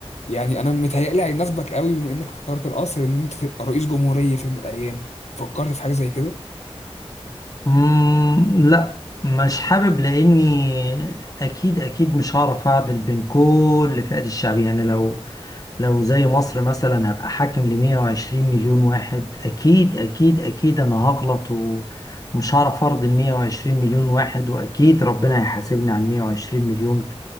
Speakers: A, on the left; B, on the left.
A: يعني انا متهيألي هيناسبك قوي بما انك اخترت القصر ان انت تبقى رئيس جمهورية في يوم من الايام فكرت في حاجة زي كده
B: مم لا مش حابب لاني اكيد اكيد مش هعرف اعدل بين كل فئات الشعب يعني لو لو زي مصر مثلا هبقى حاكم ل 120 مليون واحد اكيد اكيد اكيد انا هغلط و- ومش هعرف ارضي ال 120 مليون واحد واكيد ربنا هيحاسبني على 120 مليون